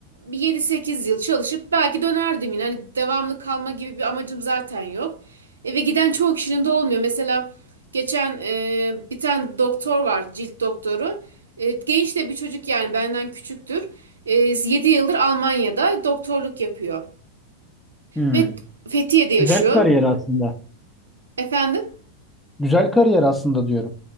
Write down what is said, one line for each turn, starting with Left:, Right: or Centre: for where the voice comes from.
Right: bir 7-8 yıl çalışıp belki dönerdim yine. Hani devamlı kalma gibi bir amacım zaten yok. E, ve giden çoğu kişinin de olmuyor. Mesela geçen e, bir tane doktor var, cilt doktoru. E, genç de bir çocuk yani benden küçüktür. E, 7 yıldır Almanya'da doktorluk yapıyor.
Centre: Hmm.
Right: Ve Fethiye'de yaşıyor.
Centre: Güzel kariyer aslında.
Right: Efendim?
Centre: Güzel kariyer aslında diyorum.